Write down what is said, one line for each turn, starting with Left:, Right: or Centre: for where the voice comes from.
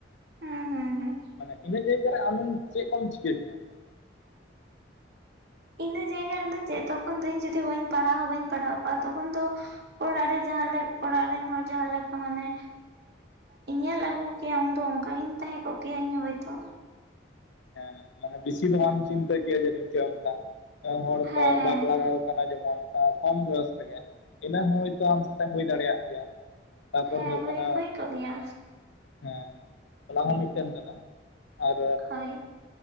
Right: ᱦᱮᱸ ᱦᱮᱸ ᱦᱮᱸ
Left: ᱢᱟᱱᱮ ᱤᱱᱟᱹ ᱡᱟᱭᱜᱟ ᱨᱮ ᱟᱢᱮᱢ ᱪᱮᱫ ᱠᱚᱢ ᱪᱤᱠᱟᱹ ᱠᱮᱭᱟ?
Right: ᱤᱱᱟᱹ ᱡᱟᱭᱜᱟ ᱨᱮᱫᱚ ᱪᱮᱫ ᱛᱚᱠᱷᱚᱱ ᱫᱚ ᱤᱧ ᱡᱩᱫᱤ ᱵᱟᱹᱧ ᱯᱟᱲᱦᱟᱣ ᱵᱟᱹᱧ ᱯᱟᱲᱦᱟᱣ ᱠᱚᱣᱟ ᱛᱚᱠᱷᱚᱱ ᱫᱚ ᱚᱲᱟᱜ ᱨᱮ ᱡᱟᱦᱟᱸᱞᱮ ᱚᱲᱟᱜ ᱨᱮᱱ ᱦᱚᱲ ᱡᱟᱦᱟᱸᱮᱠᱟ ᱢᱟᱱᱮ ᱮᱸᱜ ᱧᱮᱞ ᱟᱹᱜᱩ ᱠᱮᱭᱟ ᱩᱱᱫᱚ, ᱚᱱᱠᱟᱜᱤᱧ ᱛᱟᱦᱮᱸ ᱠᱚᱜ ᱠᱮᱭᱟ ᱤᱧ ᱦᱚᱸ ᱦᱚᱭᱛᱚ᱾
Left: ᱦᱮᱸ ᱢᱟᱱᱮ ᱵᱤᱥᱤ ᱫᱚ ᱪᱤᱱᱛᱟᱹ ᱠᱮᱭᱟ ᱡᱟᱹᱱᱤᱡ ᱪᱚ ᱚᱱᱠᱟ᱾ ᱦᱚᱲ
Right: ᱦᱮᱸ
Left: ᱠᱚ
Right: ᱦᱮᱸ
Left: ᱵᱟᱯᱞᱟ ᱠᱟᱠᱚ ᱠᱟᱱᱟ ᱡᱮᱢᱚᱱ ᱠᱚᱢ ᱵᱚᱭᱚᱥ ᱨᱮᱜᱮ ᱤᱱᱟᱹ ᱦᱚᱸ ᱦᱳᱭᱛᱳ ᱟᱢ ᱥᱟᱛᱮᱜ ᱦᱩᱭ ᱫᱟᱲᱮᱭᱟᱜ ᱜᱮᱭᱟ ᱾ ᱛᱟᱨᱯᱚᱨ
Right: ᱦᱮᱸ
Left: ᱦᱩᱭᱩᱜ
Right: ᱦᱳᱭ
Left: ᱠᱟᱱᱟ
Right: ᱦᱳᱭ ᱠᱚᱜ ᱜᱮᱭᱟ
Left: ᱦᱮᱸ ᱚᱱᱟ ᱦᱚᱸ ᱢᱤᱫᱴᱮᱱ ᱠᱟᱱᱟ ᱟᱨ
Right: ᱦᱳᱭ